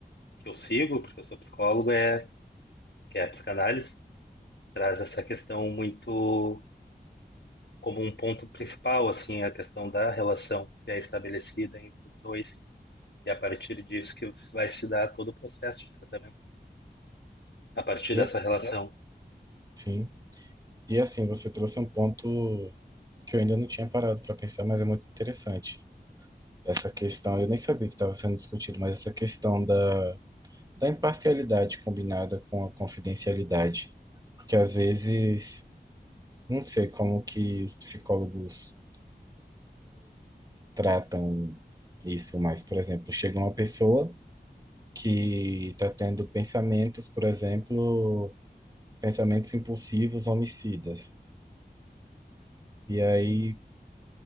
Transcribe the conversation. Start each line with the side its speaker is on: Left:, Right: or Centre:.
Left: que eu sigo, porque eu sou psicólogo, é que é a psicanálise traz essa questão muito como um ponto principal, assim, a questão da relação que é estabelecida entre os dois, e a partir disso que vai se dar todo o processo de tratamento, a partir
Right: E
Left: dessa
Right: assim,
Left: Né? relação.
Right: sim. E assim, você trouxe um ponto que eu ainda não tinha parado para pensar, mas é muito interessante. essa questão, eu nem sabia que estava sendo discutido, mas essa questão da, da imparcialidade combinada com a confidencialidade. Porque às vezes, não sei como que os psicólogos tratam isso, mas, por exemplo, chega uma pessoa que está tendo pensamentos, por exemplo, pensamentos impulsivos, homicidas. E aí